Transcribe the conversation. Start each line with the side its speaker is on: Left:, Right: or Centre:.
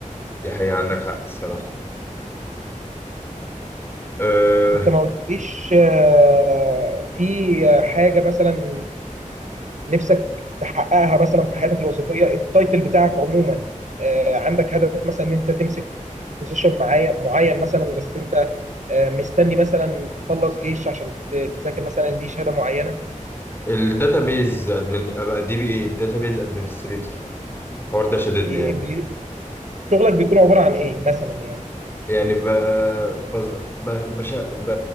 Left: دي حقيقة عندك حق الصراحة أه
Right: انت ما قلتليش آه، في حاجه مثلا نفسك تحققها مثلا في حياتك الوظيفيه التايتل بتاعك عموما آه، عندك هدف مثلا ان انت تمسك بوزيشن معين معين مثلا بس انت آه، مستني مثلا تخلص جيش عشان ت- تذاكر مثلا ليه شهاده معينه
Left: الداتابيز ادمن ابقى دي بي اي الداتابيز ادمنستريتور الحوار ده شددني
Right: إيه- إيه،
Left: يعني
Right: بي- شغلك بيكون عباره عن ايه مثلا يعني
Left: يعني ب بز- ب بش ب